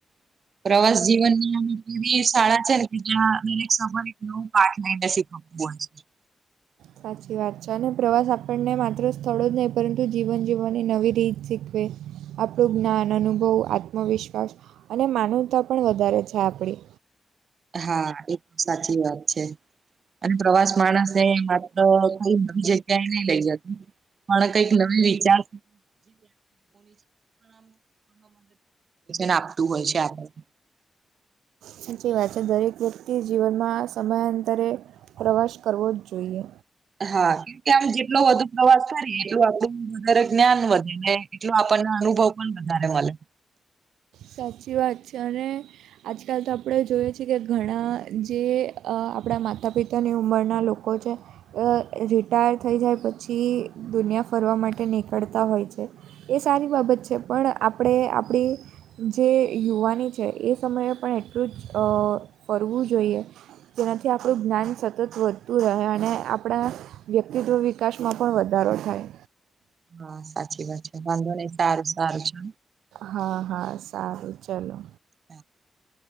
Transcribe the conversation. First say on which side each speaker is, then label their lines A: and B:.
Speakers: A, on the right; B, on the right.
A: પ્રવાસ જીવનની <inaudible> શાળા છે ને <inaudible>
B: સાચી વાત છે અને પ્રવાસ આપણને માત્ર સ્થળો જ નહીં પરંતુ જીવન જીવવાની નવી રીત શીખવે. આપણું જ્ઞાન, અનુભવ, આત્મવિશ્વાસ અને માનવતા પણ વધારે છે આપડી.
A: હા એ તો સાચી વાત છે. અને પ્રવાસ માણસને માત્ર કઈ નવી જગ્યાએ નઈ લઈ જતી પણ કંઈક નવી વિચાર <unintelligible> <unintelligible> આપતું હોય છે આપણું
B: સાચી વાત છે દરેક વ્યક્તિ જીવનમાં સમયાંતરે પ્રવાસ કરવો જ જોઈએ.
A: હા. કે આમ જેટલો વધુ પ્રવાસ કરી એટલું વધારે જ્ઞાન વધે ને એટલું આપણને અનુભવ પણ વધારે મલે.
B: સાચી વાત છે અને આજકાલ તો આપડે જોઈએ છીએ કે ઘણા જે આપડા માતા-પિતાની ઉંમરના લો કો છે રિટાયર થઈ જાય પછી દુનિયા ફરવા માટે નીકળતા હોય છે. એ સારી બાબત છે પણ આપણે આપણી જે યુવાની છે એ સમયે પણ એટલું જ અ ફરવું જોઈએ. જેનાથી આપણું જ્ઞાન સતત વધતું રહે અને આપણા વ્યક્તિત્વ વિકાસમાં પણ વધારો થાય.
A: હા સાચી વાત છે, વાંધો નહી સારું સારું છે.
B: હા હા, સારું ચલો.
A: <unintelligible>